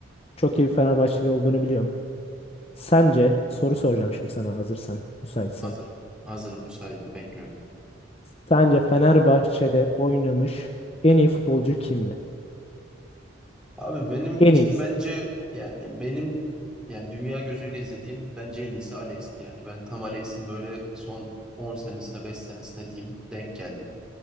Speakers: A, on the left; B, in the centre.
A: çok iyi bir Fenerbahçeli olduğunu biliyorum. Sence soru soracağım şimdi sana hazırsan, müsaitsen.
B: Hazırım. Hazırım müsaitim bekliyorum.
A: Sence Fenerbahçe'de oynamış en iyi futbolcu kimdi?
B: Abi benim
A: En
B: için
A: iyisi.
B: bence yani benim yani dünya gözüyle izlediğim bence en iyisi Alex'ti yani. Ben tam Alex'in böyle son 10 senesine 5 senesine diyeyim denk geldim.